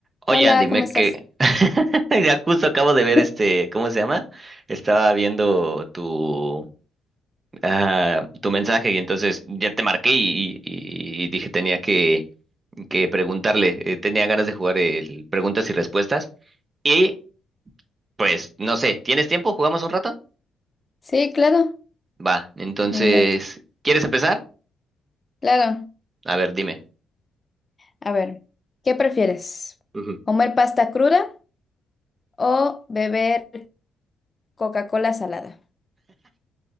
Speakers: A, on the right; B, on the left.
A: Oye,
B: Hola,
A: Andy, me
B: ¿cómo estás?
A: que <laughs> ya justo acabo de ver
B: <laughs>
A: este, ¿cómo se llama? Estaba viendo tu ah, tu mensaje y entonces ya te marqué y, y- y dije tenía que que preguntarle, eh, tenía ganas de jugar el preguntas y respuestas y pues no sé, ¿tienes tiempo? ¿Jugamos un rato?
B: Sí, claro,
A: Va, entonces,
B: un rato.
A: ¿quieres empezar?
B: Claro,
A: A ver, dime.
B: a ver, ¿qué prefieres?
A: Ujú. <laughs>
B: ¿Comer pasta cruda o beber Coca-Cola salada?